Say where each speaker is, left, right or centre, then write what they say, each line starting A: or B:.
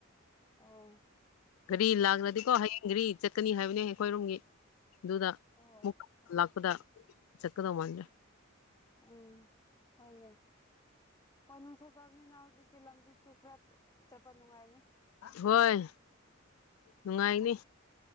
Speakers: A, on the left; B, on the left.
A: ꯑꯣ
B: ꯒꯥꯔꯤ ꯂꯥꯛꯂ꯭ꯔꯗꯤꯀꯣ
A: ꯎꯝ
B: ꯍꯌꯦꯡ ꯒꯥꯔꯤ ꯆꯠꯀꯅꯤ ꯍꯥꯏꯕꯅꯦ ꯑꯩꯈꯣꯏꯔꯣꯝꯒꯤ ꯑꯗꯨꯗ
A: ꯑꯣ
B: ꯃꯨꯛꯀ ꯂꯥꯛꯄꯗ ꯆꯠꯀꯗꯧ ꯃꯥꯟꯅꯦ
A: ꯎꯝ ꯍꯣꯏꯅꯦ <unintelligible> ꯇꯤ ꯂꯝꯕꯤꯁꯨ ꯈꯔ ꯐꯥ ꯆꯠꯄ ꯅꯨꯡꯉꯥꯏꯅꯤ
B: ꯍꯣꯏ ꯅꯨꯡꯉꯥꯏꯅꯤ